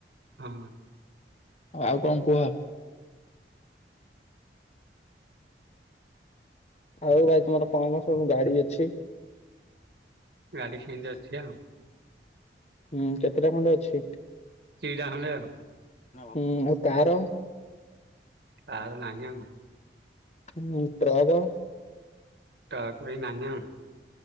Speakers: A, on the right; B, on the left.
A: ହଁ
B: ଆଉ କଣ କୁହ? ଆଉ ଭାଇ ତମର କଣ କଣ ସବୁ ଗାଡି ଅଛି?
A: ଗାଡ଼ି ସେମିତି ଅଛି ଆଉ।
B: ହୁଁ କେତେଟା ଖଣ୍ଡେ ଅଛି?
A: ଦିଟା ଖଣ୍ଡେ ଆଉ।
B: ଆଉ ଆଉ କାର?
A: କାର ନାହିଁ ଆଉ।
B: ହୁଁ ଟ୍ରକ?
A: କାର ପାଇଁ ନାଇଁ ନା?